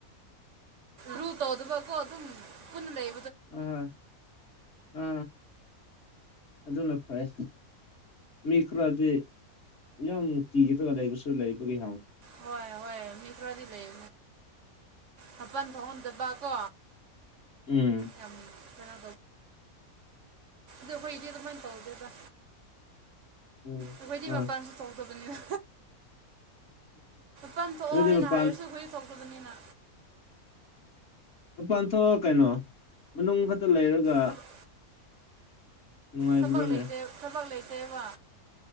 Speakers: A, on the right; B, on the left.
A: ꯔꯨ ꯇ ꯑꯣ ꯑꯗꯨꯕ ꯀ ꯑꯣ ꯑꯗꯨ ꯄꯨꯅ ꯂꯩ
B: ꯑ ꯑ ꯑꯗꯨꯅ ꯐꯩ ꯃꯤ ꯈꯔꯗ ꯌꯥꯝ ꯀ ꯇꯒ ꯂꯩꯕ ꯁ ꯂꯩꯕꯒꯦ
A: ꯍꯣꯏ ꯍꯣꯏ ꯃꯤ ꯈ꯭ꯔꯥꯗꯤ ꯂꯩ ꯃꯄꯜ ꯊꯣꯛꯍꯟꯗꯕ ꯀꯣ
B: ꯎꯝ
A: ꯌꯥꯝ ꯀꯩꯅꯣ ꯗꯈꯣꯏ ꯏꯗꯤꯗ ꯃꯅ ꯇꯧꯗꯦꯗ
B: ꯎꯝ
A: ꯑꯩꯈꯣꯏꯗꯤ
B: ꯑꯥ
A: ꯃꯄꯥꯟꯁꯨ ꯊꯣꯛꯧꯇꯕꯅꯤꯅ ꯀꯥꯟ ꯊꯣꯛꯑꯣ
B: ꯑꯗꯨꯗꯤ
A: ꯍꯥꯏꯅ
B: ꯃꯄꯥꯟ
A: ꯍꯥꯏꯔꯁꯨ ꯍꯨꯏ ꯊꯣꯛꯇꯕꯅꯤꯅ
B: ꯂꯄꯥꯟ ꯊꯣꯛꯑ ꯀꯩꯅꯣ ꯃꯅꯨꯡ ꯈꯛꯇ ꯂꯩꯔꯒ
A: ꯊꯕꯛ
B: ꯅꯨꯡꯉꯥꯏꯕ꯭ꯔꯣꯅꯦ
A: ꯊꯕꯛ ꯂꯩꯩ ꯊꯕꯛ ꯂꯩꯖꯩꯦꯕ